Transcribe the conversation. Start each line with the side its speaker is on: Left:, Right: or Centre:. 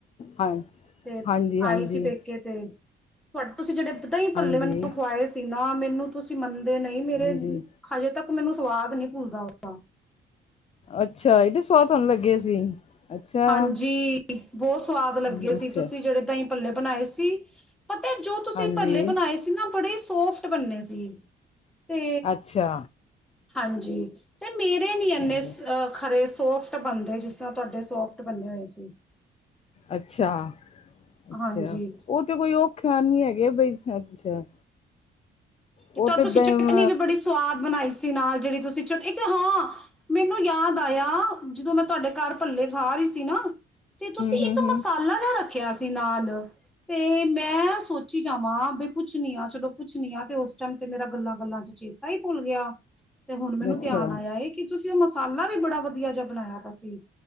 Left: ਹਾਂ
Centre: ਤੇ
Left: ਹਾਂਜੀ ਹਾਂਜੀ
Centre: ਆਈ ਸੀ। ਪੇਕੇ ਤੇ ਤੁਡ ਤੁਸੀਂ ਜਿਹੜੇਦਾਂ ਹੀ ਪੱਲੇ
Left: ਹਾਂਜੀ
Centre: ਮੈਨੂੰ ਖਵਾਏ ਸੀ ਨਾ ਮੈਨੂੰ ਤੁਸੀਂ ਮੰਨਦੇ ਨਹੀਂ ਮੇਰੇ
Left: ਹਾਂਜੀ
Centre: ਹਜੇ ਤੱਕ ਮੈਨੂੰ ਸਵਾਦ ਨਹੀਂ ਭੁੱਲਦਾ ਉਹਦਾ।
Left: ਅੱਛਾ ਇਹਦੇ ਸਵਾਦ ਤੁਹਾਨੂੰ ਲੱਗੇ ਸੀ ਅੱਛਾ
Centre: ਹਾਂਜੀ ਬਹੁਤ ਸਵਾਦ ਲੱਗੇ
Left: ਹਮ,
Centre: ਸੀ।
Left: ਅੱਛਾ
Centre: ਤੁਸੀਂ ਜਿਹੜੇ ਦਹੀਂ ਪੱਲੇ ਬਣਾਏ ਸੀ ਪਤਾ ਜੋ ਤੁਸੀਂ
Left: ਹਾਂਜੀ
Centre: ਪੱਲੇ ਬਣਾਏ ਸੀ ਜ ਬੜੇ ਸੋਫਟ ਬਣਨੇ ਸੀ ਤੇ
Left: ਅੱਛਾ
Centre: ਹਾਂਜੀ। ਤੇ ਮੇਰੇ ਨ ਇੰਨੇ
Left: ਹਾਂਜੀ,
Centre: ਖਰੇ ਸੋਫਟ ਬੰਦੇ ਜਿਸ ਤਰ੍ਹਾਂ ਤੁਹਾਡੇ ਸੋਫਟ ਬੰਨੇ ਹੋਏ ਸੀ।
Left: ਅੱਛਾ ਅੱਛਾ
Centre: ਹਾਂਜੀ
Left: ਉਹ ਤੇ ਕੋਈ ਔਖਾ ਨੀ ਹੈਗੇ ਬਈ ਅੱਛਾ।
Centre: ਤੇ
Left: ਉਹ
Centre: ਤੁਹਾਨੂੰ ਤੁਸੀਂ
Left: ਦ-
Centre: ਚਟਨੀ
Left: ਅਮ,
Centre: ਵੀ ਬੜੀ ਸਵਾਦ ਬਣਾਈ ਸੀ ਨਾਲ ਜਿਹੜੀ ਤੁਸੀਂ ਚਟ ਹਾਂ ਮੈਨੂੰ ਯਾਦ ਆਇਆ ਜਦੋਂ ਮੈਂ ਤੁਹਾਡੇ ਘਰ ਭੱਲੇ ਖਾ ਰਹੀ ਸੀ ਨਾ। ਤੇ ਤੁਸੀਂ
Left: ਹੂੰ ਹੂੰ
Centre: ਇੱਕ
Left: ਹੂੰ
Centre: ਮਸਾਲਾ ਜ ਰੱਖਿਆ ਨਾਲ ਤੇ ਮੈਂ ਸੋਚੀ ਜਾਵਾਂ ਬ ਪੁੱਛਣੀ ਆ ਚਲੋ ਪੁੱਛਣੀ ਆ ਤੇ ਉਸ। ਟਮ ਤੇ ਮੇਰਾ ਗੱਲਾਂ ਗੱਲਾਂ ਚ ਚੇਤਾ ਹੀ ਭੁੱਲ ਗਿਆ ਤੇ ਹੁਣ ਮੈਨੂੰ
Left: ਅੱਛਾ
Centre: ਧਿਆਨ ਆਇਆ ਕੀ ਤੁਸੀਂ ਉਹ ਮਸਾਲਾ ਵੀ ਬੜਾ ਵਧੀਆ ਜਿਹਾ ਬਣਾਇਆ ਤ ਸੀ।